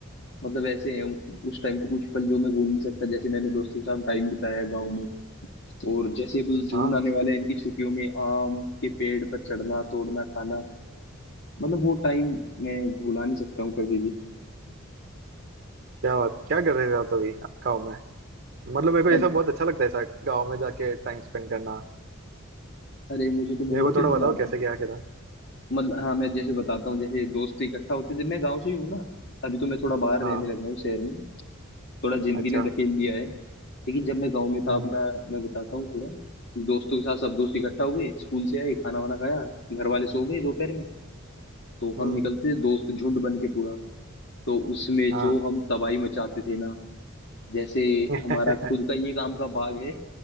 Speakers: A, on the left (about 55°); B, on the right (about 50°).
A: मतलब ऐसे है उस टाइम के कुछ पल जो मैं भूल नहीं सकता जैसे मैंने दोस्तों के साथ टाइम बिताया गाँव में और जैसे अभी जून
B: हाँ
A: आने वाला है इनकी छुट्टियों में आम के पेड़ पर चढ़ना तोड़ना खाना मतलब वो टाइम मैं भुला नहीं सकता हूँ कभी भी
B: क्या बात क्या कर रहे थे आप अभी गाँव में मतलब मेरे को ये
A: अब
B: सब बहुत अच्छा लगता है ऐसा गाँव में जाके टाइम स्पेंड करना
A: अरे मुझे तो बहुत
B: मेरे को थोड़ा
A: ही मजा
B: बताओ
A: आता
B: कैसे
A: है
B: क्या किया था
A: मतलब हाँ मैं जैसे बताता हूँ जैसे दोस्त इकट्ठा होते थे मैं गांव से ही हूँ ना अभी तो मैं थोड़ा बाहर
B: हाँ
A: रहने लगा हूँ शहर में थोड़ा जिंदगी
B: अच्छा
A: ने धकेल दिया है लेकिन जब मैं गांव में था
B: हम्म
A: अपना मैं बताता हूँ थोड़ा दोस्तों के साथ सब दोस्त इकट्ठा हुए स्कूल से आए खाना वाना खाया घर वाले सो गए दोपहर में तो
B: हम्म
A: हम निकलते थे दोस्त झुंड बन के पूरा तो उसमें
B: हाँ
A: जो हम तबाही मचाते थे ना जैसे हमारा
B: <laughs>
A: खुद का ये काम का बाग है